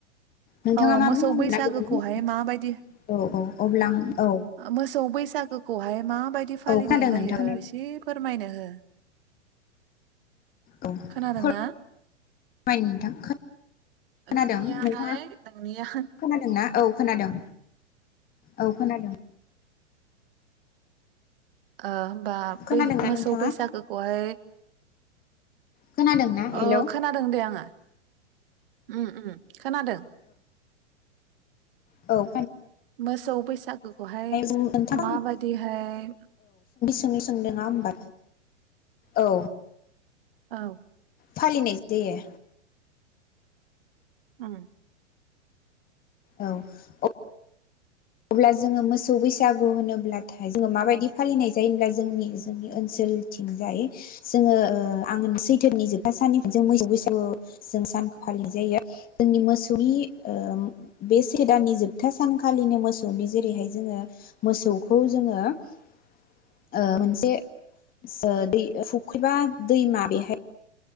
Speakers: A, on the left; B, on the right.
A: नोंथाङा
B: औ
A: मा
B: मोसौ
A: बुंनो
B: बैसागोखौहाय
A: नागिरदोंमोन
B: माबायदि
A: औ औ अब्ला आं औ
B: मोसौ बैसागोखौहाय मा बादि फालिनाय
A: औ खोनादों
B: जायो
A: नोंथां खोनादों
B: एसे फो फोरमायनो हो
A: औ
B: खोनादोंना
A: फोरमाय नोंथां खोनादों
B: नोंनियाहाय
A: नोंथाङा
B: नोंनिया
A: खोनादोंना औ खोनादों औ खोनादों।
B: ओ होमबा
A: खोनादोंना
B: बै मोसौ
A: नोंथाङा
B: बैसागोखौहाय
A: खोनादोंना हेलौ
B: ओ खोनादों दे आंङो। उम्म उम्म खोनादों।
A: औ‌
B: मोसौ बैसागोखौहाय
A: नोंथां
B: माबायदिहाय
A: सोंलु सोंदों नंङा होनबा औ।
B: औ
A: फालिनाय जायो।
B: उम्म
A: औ अ अब्ला जोंङो मोसौ बैसागु होनोब्लाथाय जोंङो माबायदि फालिनाय जायो होनब्ला जोंनि जोंनि ओनसोलथिंजाय जोंङो ओ <inaudible> सैथोनि जोबथा साननिफ्राय जों मोसौ बैसागु जों सानखौ फालिनाय जायो जोंनि मोसौनि ओ बे सैथ दाननि जोबथा सानखालिनो मोसौ मोसौनि जेरैहाय जोंङो मोसौखौ जोंङो ओ मोनसे ओ दै फुख्रिबा दैमा बेहाय